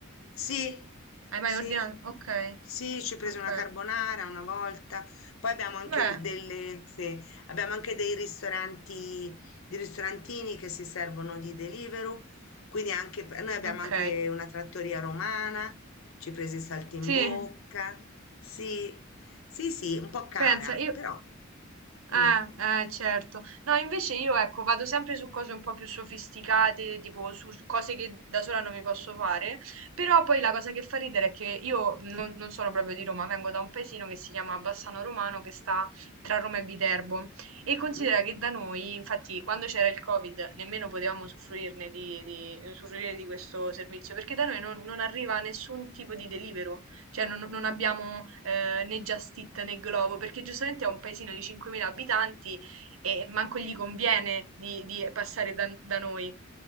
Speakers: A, on the left; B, on the right.
A: Sì,
B: Hai
A: sì,
B: mai ordinato? Ok,
A: sì, ci ho preso
B: ok.
A: una carbonara una volta. Poi abbiamo anche
B: Beh,
A: le- delle, sì, abbiamo anche dei ristoranti, di ristorantini che si servono di Deliveroo. Quindi anche, p- noi abbiamo
B: ok.
A: anche una trattoria romana, ci ho preso i saltimbocca.
B: Sì,
A: Sì, sì, sì, un po' cara,
B: pensa, io...
A: però. mm,
B: Eh, eh, certo. No, invece io, ecco, vado sempre su cose un po' più sofisticate, tipo su su cose che da sola non mi posso fare, però poi la cosa che fa ridere è che io non, non sono proprio di Roma, vengo da un paesino che si chiama Bassano Romano, che sta tra Roma e Viterbo, e considera
A: mm.
B: che da noi, infatti, quando c'era il Covid, nemmeno potevamo usufruirne di, di- usufruire di questo servizio, perché da noi non, non arriva nessun tipo di delivero. Cioè non non abbiamo, ehm, né Just Eat né Glovo, perché giustamente è un paesino di 5000 abitanti e manco gli conviene di di passare da da noi.